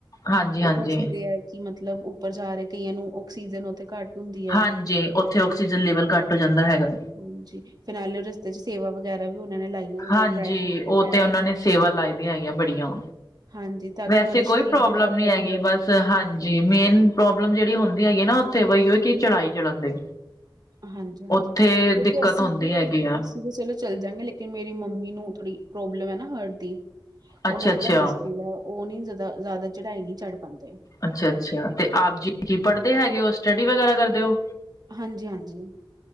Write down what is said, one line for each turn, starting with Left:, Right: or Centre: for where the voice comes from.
Left: ਹਾਂਜੀ-ਹਾਂਜੀ,
Right: ਓ ਦੱਸਦੇ
Left: ਹਾਂਜੀ
Right: ਐ। ਕਿ ਮਤਲਬ ਉੱਪਰ ਜਾ ਰੇ ਕਈਆਂ ਨੂੰ ਓਕਸੀਜਨ ਓਥੇ ਘੱਟ ਹੁੰਦੀ
Left: ਹਾਂਜੀ
Right: ਐ।
Left: ਓਥੇ ਓਕਸੀਜਨ ਲੇਵਲ ਘੱਟ ਹੋ ਜਾਂਦਾ ਹੈਗੈ।
Right: ਹਾਂਜੀ, ਫੇਰ ਹਾਲੇ ਰਸਤੇ 'ਚ ਸੇਵਾ ਵਗੈਰਾ ਵੀ ਓਨਾਂ ਨੇ ਲਾਈਆਂ ਹੁੰਦੀਐਂ
Left: ਹਾਂਜੀ,
Right: ਡਰਾਈ ਫਰੂਟ ਵਗੈਰਾ
Left: ਉਹ ਤੇ ਉਹਨਾਂ ਨੇ ਸੇਵਾ ਲਾਈ ਦੀਐ ਹੈਗੀਐਂ ਬੜੀਆਂ।
Right: ਹਾਂਜੀ ਤਾਂ
Left: ਵੈਸੇ
Right: ਕਿ ਮਤਲਬ
Left: ਕੋਈ
Right: ਸਰੀਰ
Left: ਪ੍ਰੋਬਲਮ
Right: ਥੋੜਾ
Left: ਨੀ
Right: ਗਰਮ
Left: ਹੈਗੀ
Right: ਰਵੇ।
Left: ਬਸ, ਹਾਂ ਜੀ ਮੇਨ ਪ੍ਰੋਬਲਮ ਜੜੀ ਹੁੰਦੀ ਹੈਗੀ ਏ ਨਾ ਓਥੇ ਬਈ ਅਈਯੋ ਕਿ ਚੜਾਈ ਚੜਨ ਦੀ।
Right: ਹਾਂਜੀ-ਹਾਂਜੀ
Left: ਉੱਥੇ
Right: ਕਿਓਂਕਿ
Left: ਦਿੱਕਤ
Right: ਅਸੀ
Left: ਹੁੰਦੀ
Right: ਤੇ
Left: ਹੈਗੀ ਆ
Right: ਅਸ ਤੇ ਫੇਰ ਚਲੋ ਚੱਲ ਜਾਂਗੇ ਲੇਕਿਨ ਮੇਰੀ ਮੰਮੀ ਨੂੰ ਥੋੜੀ ਪ੍ਰੋਬਲਮ ਐ ਨਾ ਹਰਟ ਦੀ।
Left: ਅੱਛਾ
Right: ਓਨਾਂ
Left: ਅੱਛਾ
Right: ਦਾ ਮੁਸ਼ਕਿਲ ਐ ਓ ਨੀ ਜ਼ਾਦਾ, ਜ਼ਿਆਦਾ ਚੜਾਈ ਨੀ ਚੜ ਪਾਂਦੇ।
Left: ਅੱਛਿਆ-ਅੱਛਿਆ ਤੇ ਆਪ ਜੀ ਕੀ ਪੜ੍ਹਦੇ ਹੈਗੇ ਓ, ਸਟਡੀ ਵਗੈਰਾ ਕਰਦੇ ਹੋ?
Right: ਹਾਂਜੀ-ਹਾਂਜੀ।